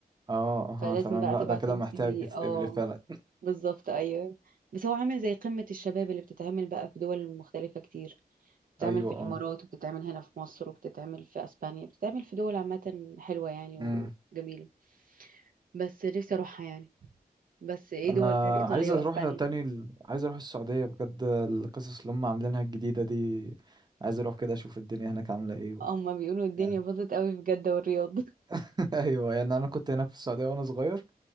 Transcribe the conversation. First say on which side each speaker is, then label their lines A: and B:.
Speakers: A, on the right (about 25°); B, on the right (about 60°).
A: اه
B: فلازم
A: اه تمام
B: بقى
A: لا
B: تبعت
A: ده كده
B: لهم
A: محتاج
B: سي في
A: تتقبلي
B: اه
A: فعلا
B: بالظبط ايوه بس هو عامل زي قمة الشباب اللي بتتعمل بقى في دول مختلفة كتير بتتعمل
A: <laughs> ايوه
B: في الامارات
A: اه
B: وبتتعمل هنا في مصر وبتتعمل في اسبانيا بتتعمل في دول عامة حلوة يعني وجميلة
A: امم
B: بس نفسي اروحها يعني بس ايه
A: انا
B: دول غير ايطاليا
A: عايز اروح
B: واسبانيا
A: تاني ال- عايز اروح السعودية بجد القصص اللي هم عاملينها الجديدة دي عايز اروح كده اشوف الدنيا هناك عاملة ايه و...
B: هما بيقولوا الدنيا
A: يعني
B: باظت قوي في جدة والرياض <laughs>
A: <laughs> ايوه يعني انا كنت هناك في السعودية وانا صغير